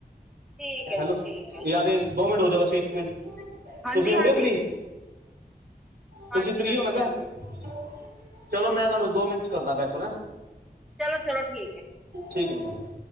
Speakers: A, in the centre; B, on the right.
A: ਠੀਕ ਹੈ
B: ਹੈਲੋ,
A: ਜੀ ਠੀਕ ਹੈ
B: ਯਾ ਤੇ ਦੋ ਮਿੰਟ ਰੁਕ ਜਾ ਬਸ। ਇੱਕ ਮਿੰਟ,
A: ਹਾਂਜੀ
B: ਤੁਸੀਂ ਹੋ
A: ਹਾਂਜੀ
B: ਗੇ ਫ੍ਰਰੀ। ਤੁਸੀਂ
A: ਹਾਂਜੀ
B: ਫ੍ਰੀ
A: ਹਾਂਜੀ
B: ਓ ਮੈਂ ਕਿਹਾ
A: ਹਾਂਜੀ
B: ਚਲੋ ਮੈਂ ਤੁਹਾਨੂੰ ਦੋ ਮਿੰਟ ਚ ਕਰਦਾ ਬੈਕ ਕਾਲ ਹੈ,
A: ਚਲੋ ਚਲੋ ਠੀਕ ਹੈ
B: ਠੀਕ ਏ।